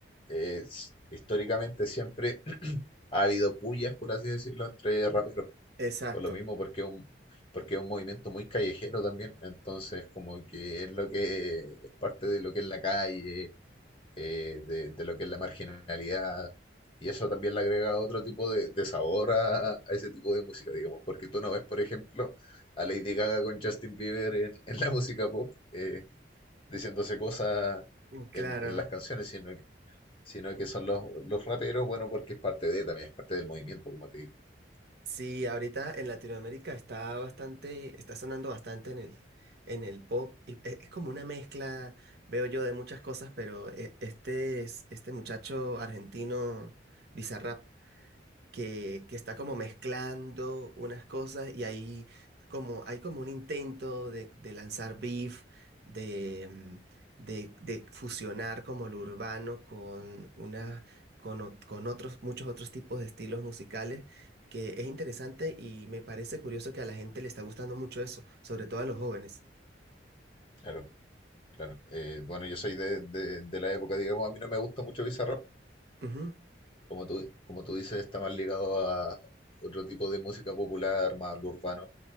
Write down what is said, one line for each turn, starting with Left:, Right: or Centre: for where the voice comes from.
Left: eh, s- históricamente siempre <clears throat> ha habido pullas, por así decirlo, entre raperos.
Right: exacto.
Left: Por lo mismo, porque es un, porque es un movimiento muy callejero también. Entonces, como que es lo que es parte de lo que es la calle, eh, de, de lo que es la marginalidad. Y eso también le agrega otro tipo de, de sabor a, a ese tipo de música, digamos. Porque tú no ves, por ejemplo, a Lady Gaga con Justin Bieber en, <laughs> en la música pop, eh, diciéndose cosas
Right: Claro.
Left: en, en las canciones, sino que, sino que son los, los raperos, bueno, porque es parte de, también es parte del movimiento, como te digo.
Right: Sí,
Left: Sí,
Right: ahorita en Latinoamérica está bastante, está sonando bastante en el, en el pop. y e- es como una mezcla, veo yo, de muchas cosas, pero e- este es, este muchacho argentino, Bizarrap que, que está como mezclando unas cosas y ahí como, hay como un intento de, de lanzar beef, de, mm, de, de fusionar como lo urbano con, una, con, ot- con otros, muchos otros tipos de estilos musicales. que es interesante y me parece curioso que a la gente le está gustando mucho eso, sobre todo a los jóvenes.
Left: claro. Claro, eh, bueno, yo soy de, de- de la época, digamos, a mí no me gusta mucho Bizarrap,
Right: Ujú,
Left: como tú, como tú dices, está más ligado a otro tipo de música popular, más lo urbano,